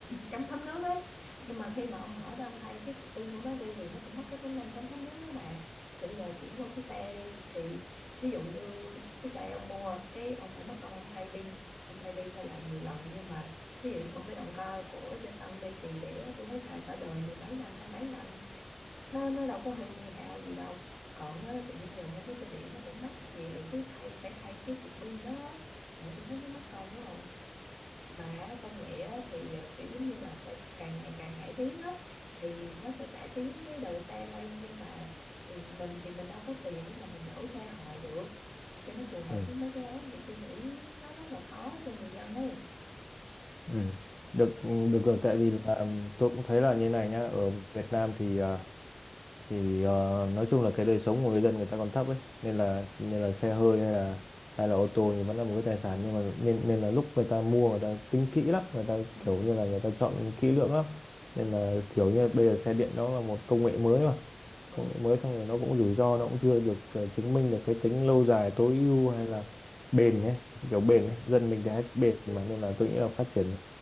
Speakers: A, on the left; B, on the left.
A: chống thấm nước ấy nhưng mà khi mà ông mở ra ông thay cái cục pin của nó đi thì nó cũng mất cái tính năng chống thấm nước đó mà thì bây giờ chuyển qua cái xe đi thì ví dụ như cái xe ông mua cái ông phải mất công ông thay pin ông thay đi thay lại nhiều lần nhưng mà ví dụ như một cái động cơ của xe xăng đi thì để đó tôi thấy xài cả đời mười mấy năm hai mấy năm nó nó đâu có hư hao gì đâu còn á, tự nhiên giờ mua cái xe điện nó cũng mắc gì rồi cứ thay phải thay cái cục pin đó trời ơi, tôi thấy nó mất công quá à mà công nghệ á, thì ờ, kiểu giống như là sẽ càng ngày càng cải tiến á thì nó sẽ cải tiến cái đời xe lên nhưng mà ừ, mình thì mình đâu có tiền để mà mình đổi xe hoài được cho nó phù hợp
B: ừ.
A: với mấy cái đó thì tôi nghĩ nó rất là khó cho người dân ấy
B: ừ. Được được rồi tại vì là ừm, tôi cũng thấy là như này nhá, ở Việt Nam thì à, thì ờ, nói chung là cái đời sống của người dân người ta còn thấp ấy nên là nên là xe hơi hay là hay là ô tô thì vẫn là một cái tài sản nhưng mà nên nên là lúc người ta mua người ta tính kỹ lắm người ta
A: ừ.
B: kiểu như là người ta chọn kỹ lưỡng lắm nên là kiểu như bây giờ xe điện đó là một công nghệ mới mà
A: Ừ.
B: công nghệ mới xong rồi nó cũng rủi ro nó cũng chưa được ờ, chứng minh được cái tính lâu dài tối ưu hay là bền ấy kiểu bền
A: Ừ.
B: ấy dân mình thì hay thích bền mà nên là tôi nghĩ là phát triển